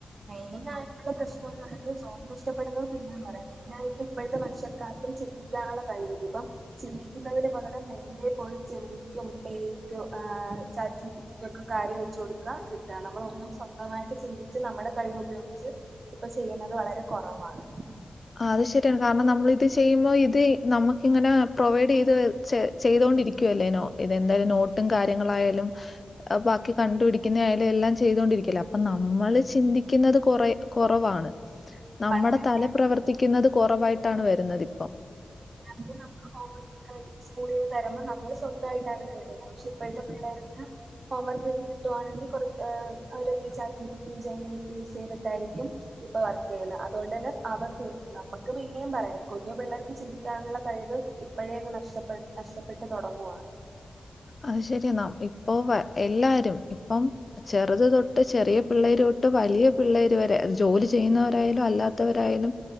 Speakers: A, on the right; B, on the left.
A: മെയിനായിട്ടുള്ള പ്രശ്നംന്ന് പറയുന്നത് ഡോട്ടസ് മന്നയിട്ട് നഷ്ടപ്പെടുന്ന <unintelligible> പറയാം മെയിനായിയിട്ട് ഇപ്പഴത്തെ മനുഷ്യക്കാക്കും ചിന്തിക്കും നുള്ള കഴിവില്ലപ്പം ചിന്തിക്കുന്നതിന് പകരം നേരെ പോയി ജമനിക്കും ഏ ഐക്കും ആ ചാച്ചിബി ഒക്കെ കാര്യം വെച്ച് കൊടുക്ക കിട്ടാ നമ്മളും ഒന്നും സ്വന്തവായിട്ട് ചിന്തിച്ച് നമ്മുടെ കഴിവ് ഉപയോഗിച്ച് ഇപ്പൊ ചെയ്യുന്നത് വളരെ കുറവാണ്
B: അത് ശരിയാണ് കാരണം നമ്മൾ ഇത് ചെയ്യുമ്പോ ഇത് നമുക്ക് ഇങ്ങനെ പ്രൊവൈഡ് ചെയ്ത് ചെ ചെയ്തൊണ്ടിരിക്കുവല്ലേനോ ഇതെന്തായാലും നോട്ടും കാര്യങ്ങളായാലും ബാക്കി കണ്ടു പിടിക്കുന്ന ഐല് എല്ലാം ചെയ്തൊണ്ടിരിക്കും അപ്പ നമ്മള് ചിന്തിക്കുന്നത് കൊറെ കൊറവാണ് നമ്മുടെ
A: പണ്ടൊക്കെ
B: തല പ്രവർത്തിക്കുന്നത് കുറവായിട്ടാണ് വരുന്നത്പ്പം
A: എ നമുക്ക് ഹോംവർക്ക്ക്കൊയി സ്കൂളിൽ നിന്ന് തരുമ്പോ നമ്മള് സ്വന്തായിട്ടാന്നു എഴ്തണത് പക്ഷെ ഇപ്പോഴത്തെ പിള്ളേരൊക്കെ ഹോം വർക്ക് കിട്ടുവാണെങ്കി കൊറെ ഏഹ് അവര് chat G P T Gemini ഒക്കെ യൂസ് ചെയ്തിട്ടായിരിക്കും ഇപ്പൊ വർക്ക് ചെയ്യുന്ന അതുകൊണ്ട് തന്നെ അവർക്ക് നമ്മുക്ക് പിന്നെയും പറയാം കുഞ്ഞു പിള്ളേർക്ക് ചിന്തി ക്കാനുള്ള കഴിവ് ഇപ്പോഴേങ്ങ് നഷ്ടപ്പെ നഷ്ടപ്പെട്ട് തൊടങ്ങുവാ
B: അത് ശരിയെന്നാ ഇപ്പൊ എല്ലാവരും ഇപ്പം ചെറുത് തൊട്ട് ചെറിയ പിള്ളേര് തൊട്ട് വലിയ പിള്ളേര് വരെ അത് ജോലി ചെയ്യുന്നവരായാലും അല്ലാത്തവരായാലും